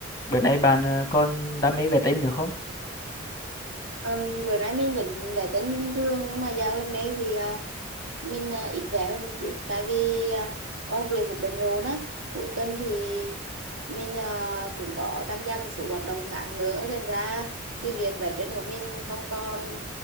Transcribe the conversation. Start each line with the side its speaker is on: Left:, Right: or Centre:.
Left: Bữa nay bạn ờ, còn đam mê vẽ tranh nữa không?
Right: Ừm, bữa nay mình vẫn đã tính như bình thường nhưng mà dạo gần đây thì ờ, mình ờ, ít về hơn một chút tại vì ờ, công việc cũng bận rộn á cuối tuần thì mình ờ, cũng có tham gia một số hoạt động khác nữa thành ra cái việc vẽ tranh của mình không còn